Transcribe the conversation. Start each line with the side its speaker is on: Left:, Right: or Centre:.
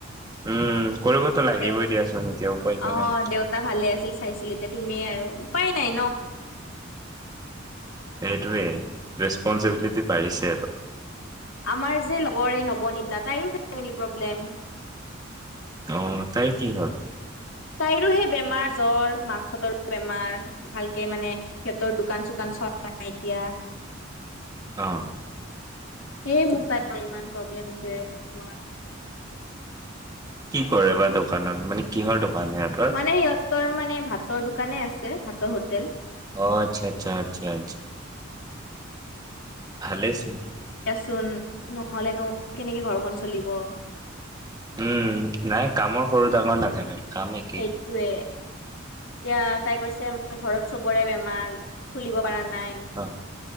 Right: উম কৰিবতো লাগিবই
Left: দেউ
Right: দিয়াচোন এতিয়া উপায়তো
Left: অ
Right: নাই।
Left: দেউতা ভালে আছিল চাইছিল এতিয়া তুমিয়ে আৰু উপায় নাই ন।
Right: সেইটোৱে ৰেস্পন্চবিলিটি বাঢ়িছে আৰু
Left: আমাৰ যে লগৰে নৱনীতা তাইো ফেম প্ৰব্লেম।
Right: আহ তাই কি হ'ল
Left: সেই বেমাৰ জ্বৰ মাকহঁতৰো বেমাৰ ভালকে মানে সিহঁতৰ দোকান চোকান চোৱা নাই এতিয়া।
Right: অ
Left: এই মোক তাই ইমান প্ৰব্লেম আছে আমাৰ
Right: কি কৰে বা দোকানত মানে কিহৰ দোকান? সিহঁতৰ?
Left: মানে সিহঁতৰ মানে? ভাতৰ দোকানে আছে ভাতৰ হোটেল
Right: অ আচ্ছা আচ্ছা আচ্ছা আছা ভালেই চোন
Left: চোন নহলে ন কেনেকে ঘৰখন চলিব
Right: উম, নাই কামৰ সৰু ডাঙৰ নাথাকে। কাম একেই।
Left: সেইটোৱে এতিয়া তাই কৈছে ঘৰত চবৰে বেমাৰ খুলিব পাৰা নাই,
Right: অ'